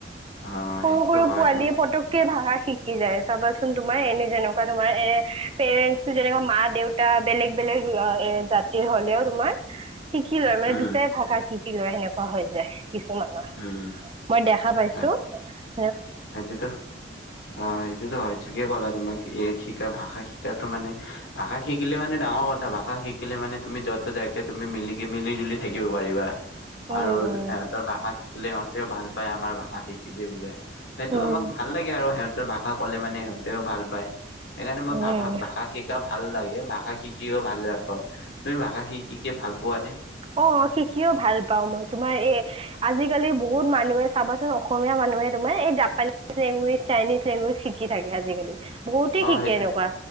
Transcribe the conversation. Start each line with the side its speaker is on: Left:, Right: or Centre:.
Left: অ'
Right: সৰু
Left: সেইটোতো
Right: সৰু
Left: হয়
Right: পোৱালীয়ে
Left: তুমি
Right: পটককে ভাষা শি শিকি যায় চাবাচোন তোমাৰ এনে যেনেকুৱা তোমাৰ, এ পেৰেণ্টো যেনেকা মা দেউতা বেলেগ বেলেগ এ জাতিৰ হ'লেও তোমাৰ শিকি লয় মানে
Left: উম।
Right: দুটাই ভাষাত শিকি লয়, সেনেকুৱা হৈ যায় কিছুমানৰ,
Left: উম,
Right: মই দেখা পাইছো।
Left: হয়
Right: চো।
Left: সেইটোতো অ', সেইটোতো হয় ঠিকেই কলা তোমাক, এ শিকা ভাষা শিকা মানে ভাষা শিকিলে মানে ডাঙৰ কথা ভাষা শিকিলে মানে তুমি যত যাকে তুমি মি মিলিকি, মিলি জুলি থাকিব পাৰিবা।
Right: উম
Left: আৰু
Right: উম
Left: সিহঁতৰ ভাষা শিকিলে সিহঁতে ভাল পায় আমাৰ ভাষা শিকিছে বোলে। সেইটো
Right: উম
Left: আমাক ভাল লাগে আৰু সিহঁতৰ ভাষা কলে মানে সিহঁতেও ভাল পায়। সেইকাৰণে মই
Right: উম
Left: ভা, ভাষা শিকা ভাল লাগে ভাষা শিকিও ভাল পাও, তুমি ভাষা শিকিকে ভাল পোৱা নে?
Right: অ শিকিও ভাল পাও মই, তোমাৰ এ আজিকালি বহুত মানুহে চাবাচোন অসমীয়া মানুহে এই জাপানী লেংগোৱেজ চাইনিজ লেংগুৱেজ শিকি থাকে আজিকালি বহুতেই
Left: অ'
Right: শিকে
Left: সেইটো
Right: এনেকুৱা